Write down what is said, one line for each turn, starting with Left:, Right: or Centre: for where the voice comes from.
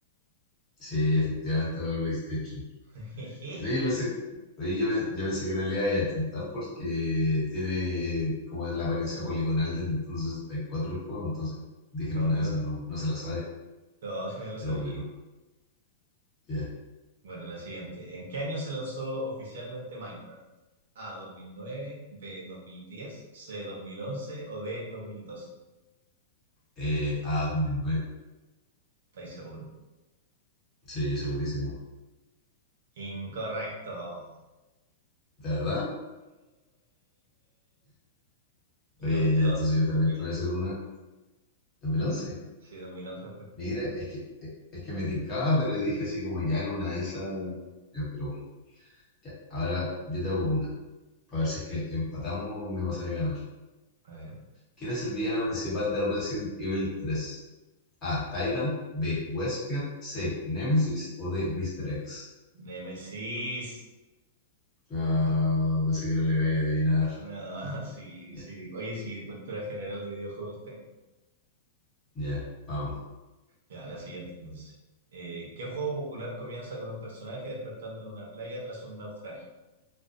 Left: Sí, efectivamente era la PlayStation.
Right: <laughs> Jejeje.
Left: Mira, yo pensé, oye, yo, pe- yo pensé que no le iba a achuntar porque tiene como la apariencia poligonal del Nintendo 64 el juego, entonces dijeron
Right: No,
Left: una
Right: claro.
Left: de esas no, no se la sabe,
Right: No, sí me lo sabía.
Left: pero bueno, ya.
Right: Bueno, la siguiente. ¿En qué año se lanzó oficialmente Minecraft? A, 2009, B, 2010, C, 2011 o D, 2012.
Left: Eh, ah, 2009,
Right: ¿Estáis seguro?
Left: sí, segurísimo.
Right: Incorrecto. Dos
Left: ¿De verdad?
Right: dos
Left: Oye,
Right: mil
Left: ya, entonces
Right: once,
Left: yo también
Right: dos mil
Left: te
Right: once.
Left: voy a hacer una. ¿2011?
Right: Sí, 2011 fue.
Left: Mira, es que, eh, es que me tincaba, pero dije así como ya era una de esas. Ya, pero bueno, ya. Ahora yo te hago una, para ver si es que empatamos me vas a ganar.
Right: A ver.
Left: ¿Quién es el villano principal de Resident Evil 3? A. Tyrant. B. Wesker. C. Nemesis. O D. Mr. X.
Right: Nemesis.
Left: Ah, pensé que no le iba a adivinar.
Right: No, <laughs> sí,
Left: Ya,
Right: sí. Oye, sí, cultura general de videojuegos tengo.
Left: ya, vamos.
Right: Ya, la siguiente entonces. Eh, ¿qué juego popular comienza con un personaje despertando en una playa tras un naufragio?